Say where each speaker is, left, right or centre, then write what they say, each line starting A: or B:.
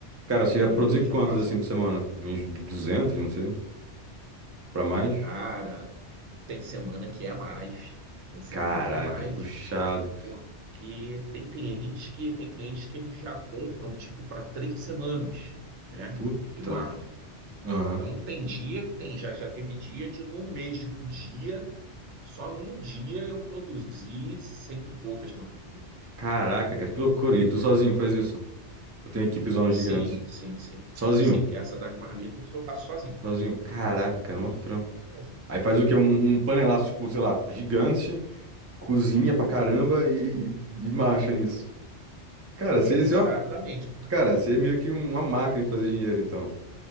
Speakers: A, on the right; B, on the right.
A: Cara,
B: Aí
A: você ia produzir
B: eu já
A: quantas
B: faço
A: assim por semana? Uns 200, não sei. Pra mais?
B: Cara, tem semana que é mais, tem semana
A: Caraca,
B: que é mais,
A: puxado.
B: porque tem clientes que tem clientes que eles já compram tipo para três semanas, né?
A: Puta.
B: E guardam.
A: Aham.
B: Então tem dia, tem já já teve dia de num mesmo dia, só num dia eu produzi cento e poucas marmitas.
A: Caraca, cara, que loucura. E tu sozinho que faz isso? Eu tenho equipe zonas
B: Sim,
A: gigantes.
B: sim, sim,
A: Sozinho?
B: sim. Essa das marmitas eu faço sozinho.
A: Sozinho. Caraca,
B: Essa das
A: cara,
B: marmitas
A: mó trampo.
B: eu faço sozinho.
A: Aí faz o quê? Um, um panelaço, tipo, sei lá, gigante, cozinha pra caramba e, e, e marcha nisso. Cara, você,
B: Exatamente,
A: você, ó,
B: porque
A: cara, você é meio que uma máquina de fazer dinheiro, então.